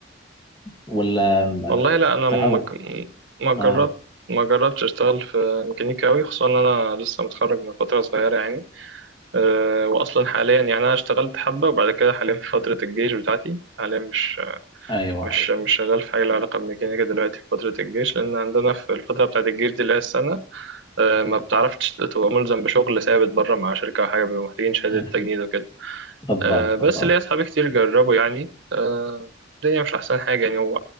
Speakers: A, on the left; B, on the right.
A: ولا آه،
B: والله لا انا
A: تعو
B: ما ج- ما جربت
A: آه
B: ما جربتش اشتغل في ميكانيكا قوي خصوصا ان انا لسه متخرج من فتره صغيره يعني أه واصلا حاليا يعني انا اشتغلت حبه وبعد كده حاليا في فتره الجيش بتاعتي حاليا مش
A: أيوه
B: مش
A: أيوه
B: مش شغال في حاجه لها علاقه بالميكانيكا دلوقتي في فتره الجيش لان عندنا في الفتره بتاعت الجيش دي اللي هي السنه أه ما بتعرفش تبقى ملزم بشغل ثابت بره مع شركه او حاجه بيبقوا محتاجين شهاده
A: آه،
B: تجنيد وكده
A: بالضبط
B: آه بس
A: بالضبط
B: ليا أصحابي كتير جربوا يعني آه الدنيا مش أحسن حاجة يعني و-